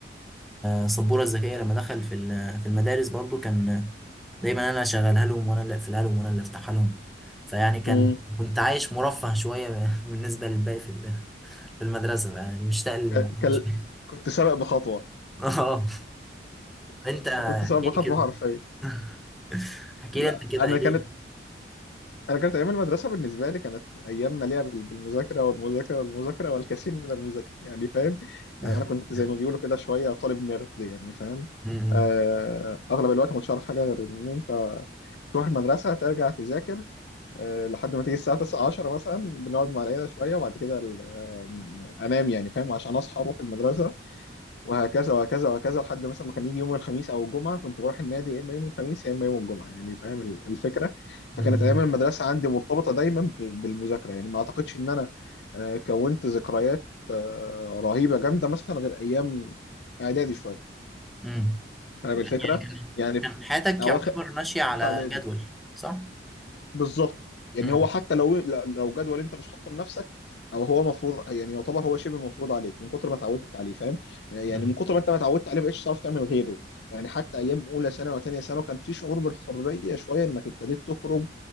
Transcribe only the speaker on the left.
أمم.
ك- كل...
كنت سابق بخطوه
يعني
كنت سابق
بخطوه
حرفيا
لا
انا
كانت انا كانت ايام المدرسه بالنسبه لي كانت ايام مليئه بال- بالمذاكره والمذاكره والمذاكره والكثير من المذاكره يعني فاهم
يعني انا كنت زي ما بيقولوا كده شويه طالب نيرد يعني فاهم
آه، اغلب الوقت ما كنتش عارف حاجه غير ان انت تروح المدرسه ترجع تذاكر آه، لحد ما تيجي الساعه 9 10 مثلا بنقعد مع العيله شويه وبعد كده ال- آه، انام يعني فاهم عشان اصحى اروح المدرسه وهكذا وهكذا وهكذا لحد مثلا ما كان يجي يوم الخميس او الجمعه كنت بروح النادي يا اما يوم الخميس يا اما يوم الجمعه يعني فاهم ال- الفكره
فكانت
ايام المدرسه عندي مرتبطه دايما بال- بالمذاكره يعني ما اعتقدش ان انا آه، كونت ذكريات آه، رهيبه جامده مثلا غير ايام اعدادي شويه
فاهم الفكره
يعني في
اواخر
ثالثه اعدادي
بالظبط يعني
هو حتى لو لو جدول انت مش حاطه لنفسك او هو مفروض يعني يعتبر هو شبه مفروض عليك من كتر ما اتعودت عليه فاهم يعني
من كتر ما انت ما اتعودت عليه ما بقتش تعرف تعمل غيره يعني حتى ايام اولى ثانوي وثانيه ثانوي كان في شعور بالحريه شويه انك ابتديت تخرج